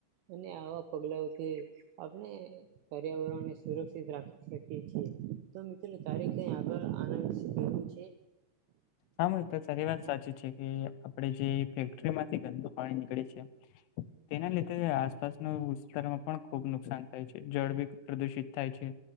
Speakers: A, on the right; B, on the left.
A: અને આવા પગલાઓથી આપણે પર્યાવરણ ને સુરક્ષિત રાખી શકી છીએ, તો મિત્ર તારી કઈ આગળ આના વિશે કેવું છે?
B: હા મિત્ર, તારી વાત સાચી છે, કે આપડે જે ફેક્ટરીમાંથી ગંદુ પાણી નીકળે છે. <inaudible> તેના લીધે આસપાસના વિસ્તારોમાં પણ ખુબ નુકસાન થાય છે, જળવીક પ્રદુષિત થાય છે.